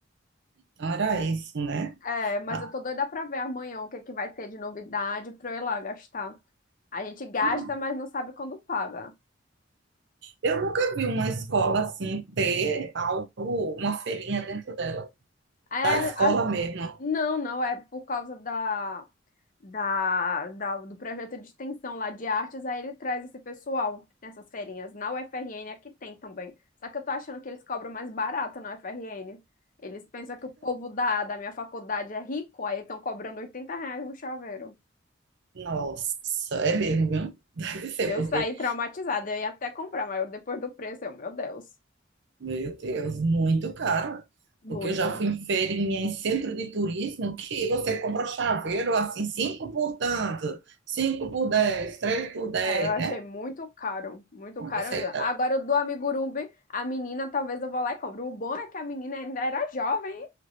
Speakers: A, on the right; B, on the left.
A: Então era isso, né?
B: É, mas
A: Ah,
B: eu tô doida pra ver amanhã o que que vai ter de novidade pra eu ir lá gastar. A gente gasta,
A: ah,
B: mas não sabe quando paga.
A: eu nunca vi uma escola assim ter algo, uma feirinha dentro dela,
B: É,
A: da escola
B: as-
A: mesmo.
B: não, não, é por causa da, da, da- do projeto de extensão lá de artes, aí ele traz esse pessoal que tem essas feirinhas. Na UFRN aqui tem também. Só que eu tô achando que eles cobram mais barato na UFRN. Eles pensam que o povo da, da minha faculdade é rico, aí estão cobrando 80 reais um chaveiro.
A: Nossa, é mesmo, viu? <laughs> Deve ser,
B: Eu
A: porque
B: saí traumatizada, eu ia até comprar, mas eu- depois do preço, eu, meu Deus,
A: Meu Deus, muito caro.
B: muito.
A: Porque eu já fui em feirinha em centro de turismo que você compra chaveiro assim, cinco por tanto, cinco por dez, três por dez,
B: É, eu achei
A: né?
B: muito caro, muito
A: Olha
B: caro
A: isso
B: mesmo.
A: aí, tá?
B: Agora, o do Amigurumi, a menina, talvez eu vou lá e compro. O bom é que a menina ainda era jovem, hein?